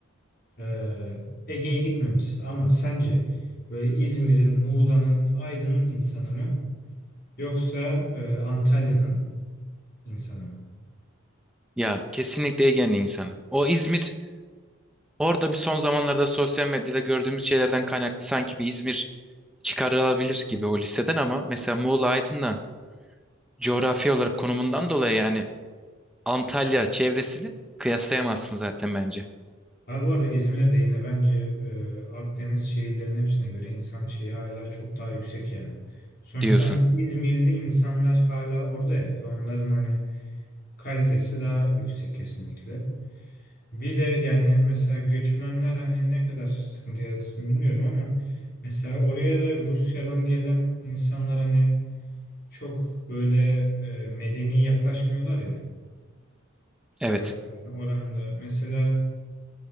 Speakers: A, on the left; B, in the centre.
A: Ee, Ege'ye gitmemişsin ama sence böyle İzmir'in, Muğla'nın, Aydın'ın insanı mı? Yoksa e, Antalya'nın? insanı mı?
B: Ya kesinlikle Ege'nin insanı. O İzmir orada bir son zamanlarda sosyal medyada gördüğümüz şeylerden kaynaklı sanki bir İzmir çıkarılabilir gibi o listeden ama mesela Muğla Aydın'la coğrafi olarak konumundan dolayı yani Antalya çevresini kıyaslayamazsın zaten bence
A: Abi bu arada İzmir'de yine bence e, Akdeniz şehirlerinin hepsine göre insan şeyi hala çok daha yüksek yani. Sonuçta
B: diyorsun.
A: hani İzmirli insanlar hala orada ya ve onların hani kalitesi daha yüksek kesinlikle. Bir de yani mesela göçmenler hani ne kadar sıkıntı yaratırsın bilmiyorum ama mesela oraya da Rusya'dan gelen insanlar hani çok böyle e, medeni yaklaşmıyorlar ya.
B: Evet.
A: Böyle yani oranında mesela